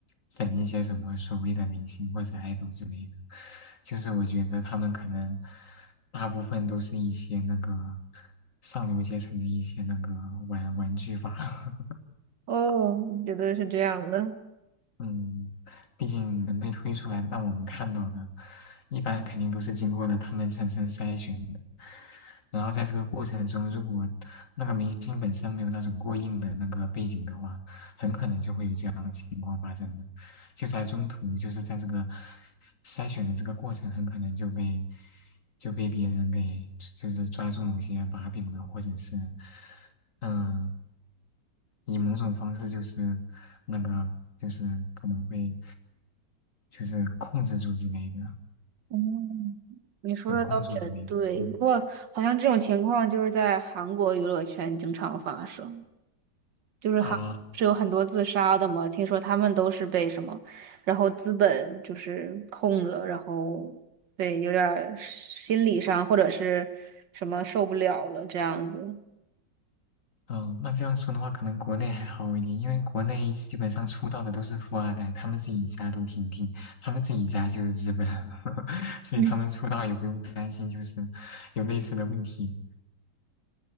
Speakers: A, on the left (about 45°); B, on the right (about 80°).
A: 整一些什么所谓的明星或者爱豆之类的，就是我觉得他们可能大部分都是一些那个上流阶层的一些那个玩玩具吧。<laughs>
B: 哦，你觉得是这样的？
A: 嗯，毕竟能被推出来让我们看到的，一般肯定都是经过了他们层层筛选的。然后在这个过程中，如果那个明星本身没有那种过硬的那个背景的话，很可能就会有这样的情况发生的。就在中途，就是在这个筛选的这个过程，很可能就被就被别人给就是抓住某些把柄了，或者是嗯、呃以某种方式就是那个就是可能会。就是控制住之类的，
B: 嗯，你说的倒也对，
A: 掌控住之类的。嗯
B: 不过好像这种情况就是在韩国娱乐圈经常发生，就是韩是有很多自杀的嘛，
A: 啊，
B: 听说他们都是被什么，然后资本就是控了，然后对，有点儿心理上或者是什么受不了了这样子。
A: 嗯，那这样说的话，可能国内还好一点，因为国内基本上出道的都是富二代，他们自己家都挺挺，他们自己家就是资本，<laughs> 所以他们出道也不用担心就是有类似的问题。
B: 嗯，